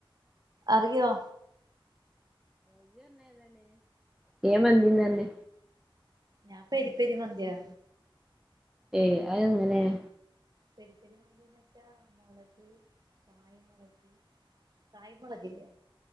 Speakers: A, on the right; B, in the centre.
A: അറിയോ?
B: <unintelligible> ഏ മന്തീന്നാ പറഞ്ഞ്
A: ഞാൻ പെരിപെരി മന്തിയാ
B: ഏയ് അതെങ്ങനെയാ?
A: പെരിപ്പരി മന്തീന്ന് വെച്ച മുളക് കായെമുളക് കായെമൊളകില്ലേ